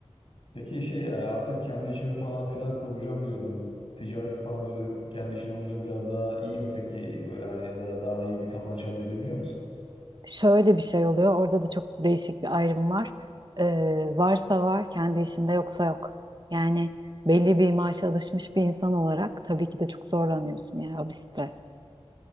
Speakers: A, on the left; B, on the right.
A: Peki şey e, artık kendi işimi falan filan kuracağım diyordun. Ticaret falan böyle kendi işin olunca biraz daha iyi mi peki? Böyle hani ya da daha iyi bir kazanç elde edebiliyor musun?
B: Şöyle bir şey oluyor. Orada da çok değişik bir ayrım var. Ee, varsa var, kendi işinde yoksa yok. Yani belli bir maaşa alışmış bir insan olarak tabii ki de çok zorlanıyorsun. Yani o bir stres.